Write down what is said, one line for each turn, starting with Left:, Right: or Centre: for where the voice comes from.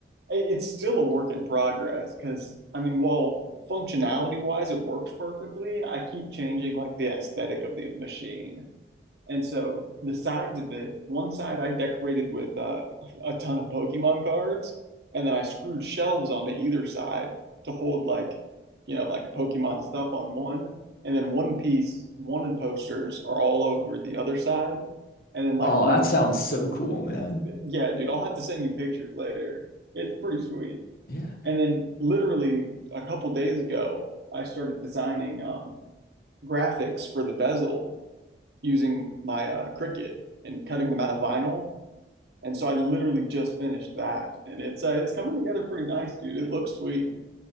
Right: it's still a work in progress because I mean, while functionality wise it works perfectly, I keep changing like the aesthetic of the machine. And so the sides of it, one side I decorated with uh, a ton of Pokemon cards, and then I screwed shelves onto either side to hold like, you know, like Pokemon stuff on one, and then one piece wanted posters are all over the other side, and then like
Left: Oh,
Right: one,
Left: that sounds so cool, man.
Right: yeah, dude, I'll have to send you pictures later. It's pretty sweet.
Left: Yeah.
Right: And then literally a couple days ago, I started designing um, graphics for the bezel using my uh, Cricut and cutting them out of vinyl. And so I literally just finished that, and it's uh, it's coming together pretty nice, dude. It looks sweet.